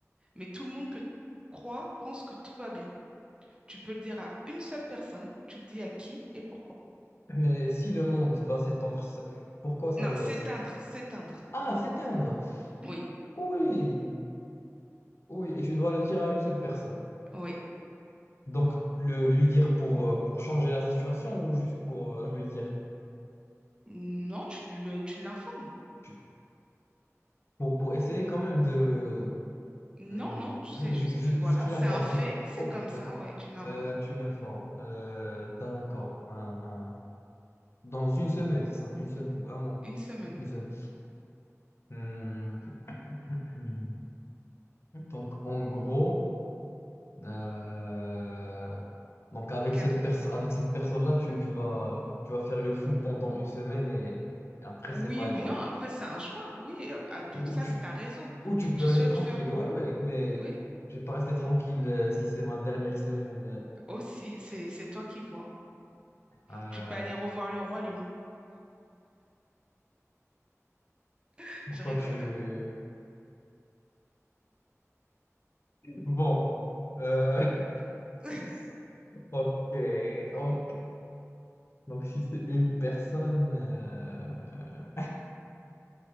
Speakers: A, on the right; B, on the left.
A: Mais tout le monde que croit pense que tout va bien. Tu peux le dire à une seule personne, tu le dis à qui et pourquoi.
B: Mais si le monde va s'étendre, c'est- pourquoi ça
A: Non,
B: veut...
A: s'éteindre,
B: c'est-
A: s'éteindre.
B: Ah, s'éteindre!
A: Oui,
B: Oui, oui, et tu dois le dire à une seule personne.
A: oui.
B: Donc, le, lui dire pour, euh, pour changer la situation ou juste pour euh, lui dire,
A: Non, tu lui, euh, tu l'informes.
B: tu- pour, pour essayer quand même de...
A: Non,
B: Hmm,
A: non, tu sais
B: hmm,
A: juste
B: ju- ju-
A: que voilà,
B: juste tu
A: c'est
B: l'informes,
A: un fait,
B: d'accord.
A: c'est
B: Ok,
A: comme ça,
B: d'accord.
A: ouais, tu l'informes.
B: Euh, tu l'informes. Euh, d'accord. Hein, hein. Dans une semaine, c'est ça, une semaine ou un mois.
A: Une semaine.
B: Une semaine. Hmm, hmm. Donc, en gros, euh, donc avec
A: Quel-
B: cette perso- avec cette personne-là, tu, tu vas, tu vas faire le fou pendant une semaine et après,
A: Oui
B: c'est pareil,
A: ou
B: pareil.
A: non, après c'est un choix, oui. euh, ah, donc
B: Ou,
A: ça,
B: ou tu
A: c'est ta raison.
B: Ou tu
A: Donc
B: peux
A: tu
B: rester
A: souhaites
B: tranquille,
A: faire.
B: ouais, ouais, mais
A: Oui,
B: je vais pas rester tranquille euh, si c'est ma dernière semaine. euh,
A: aussi, c'est c'est toi qui vois.
B: euh,
A: Tu peux aller revoir le roi lion. <laughs>
B: pourquoi
A: Je rigole,
B: tu...
A: hein.
B: Bon, euh, <laughs>
A: <laughs>
B: ok, ok. Donc si c'est une personne, euh,